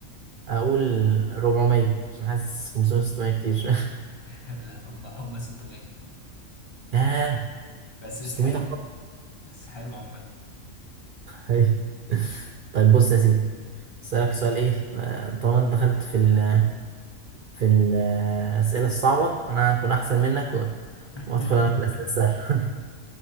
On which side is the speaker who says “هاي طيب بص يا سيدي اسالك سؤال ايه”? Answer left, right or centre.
Right